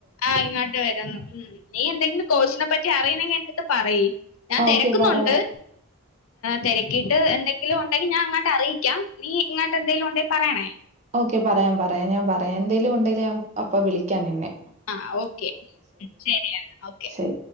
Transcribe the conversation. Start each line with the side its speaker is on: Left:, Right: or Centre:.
Left: ആ ഇങ്ങോട്ട് വരുന്നു ഉം നീ എന്തെങ്കിലും കോഴ്സിനെ പറ്റി അറിയുന്നെങ്കിൽ എന്റെടുത്ത് പറയി ഞാൻ
Right: ഓക്കെ
Left: തിരക്കുന്നുണ്ട്
Right: പറയാം.
Left: തിരക്കിയിട്ട് എന്തെങ്കിലും ഉണ്ടെങ്കിൽ ഞാൻ അങ്ങട്ട് അറിയിക്ക നീ ഇങ്ങാട്ടെന്തങ്കിലും ഉണ്ടെങ്കി പറയണേ
Right: ഓക്കെ പറയാം പറയാം ഞാൻ പറയാം എന്തേലും ഒണ്ടേൽ ഞാൻ അപ്പൊ വിളിക്കാം നിന്നെ
Left: ആ ഓക്കെ ശരിയെന്നാ ഓക്കെ
Right: ശരി.